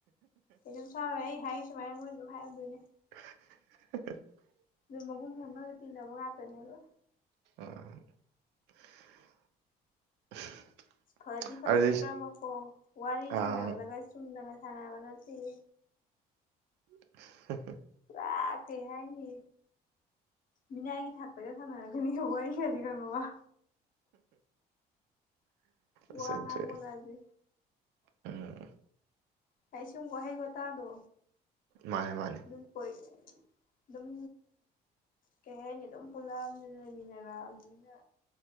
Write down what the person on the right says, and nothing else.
<inaudible>
<unintelligible>
ꯑꯗꯨꯗꯤ
ꯑ
<unintelligible>
ꯐꯖꯗꯔꯦ
ꯎꯝ
ꯃꯥꯅꯦ ꯃꯥꯅꯦ